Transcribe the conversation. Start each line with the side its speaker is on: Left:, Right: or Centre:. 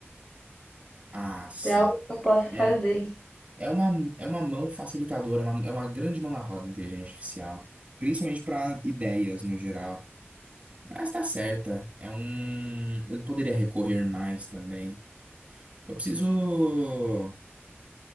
Right: Ah, sim.
Left: É algo que eu posso
Right: É,
Left: fazer.
Right: É uma, é uma mão facilitadora, é uma- é uma grande mão na roda, a inteligência artificial. Principalmente para ideias no geral. Mas tá certa. É um. Eu poderia recorrer mais também. Eu preciso.